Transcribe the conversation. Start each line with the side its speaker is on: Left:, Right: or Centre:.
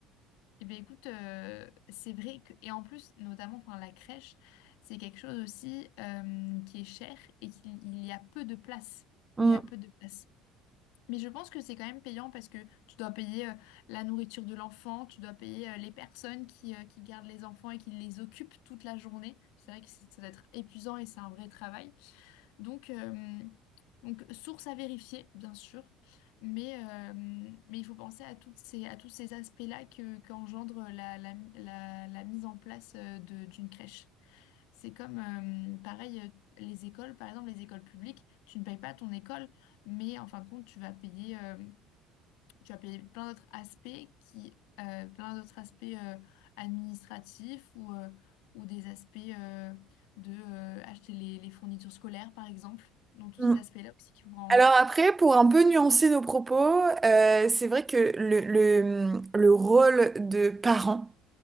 Left: Eh bien, écoute, euh, c'est vrai que, et en plus, notamment, enfin, la crèche, c'est quelque chose aussi euh, qui est cher et qu'il il y a peu de place.
Right: Mm,
Left: Il y a peu de place. Mais je pense que c'est quand même payant parce que tu dois payer euh, la nourriture de l'enfant, tu dois payer euh, les personnes qui, euh, qui gardent les enfants et qui les occupent toute la journée. C'est vrai que c'est- ça doit être épuisant et c'est un vrai travail. Donc, euh, donc source à vérifier, bien sûr, mais, euh, mais il faut penser à, toutes ces, à tous ces aspects-là que, qu'engendre la, la, la, la mise en place euh, de, d'une crèche. C'est comme, euh, pareil, euh, les écoles, par exemple, les écoles publiques, tu ne payes pas ton école, mais en fin de compte, tu vas payer, euh, tu vas payer plein d'autres aspects qui, euh, plein d'autres aspects euh, administratifs ou, euh, ou des aspects euh, de euh, acheter les, les fournitures scolaires, par exemple. Donc, tous
Right: mm.
Left: ces aspects-là aussi qu'il faut prendre
Right: Alors
Left: en compte.
Right: après, pour un peu nuancer nos propos, euh, c'est vrai que le, le, le rôle de parent,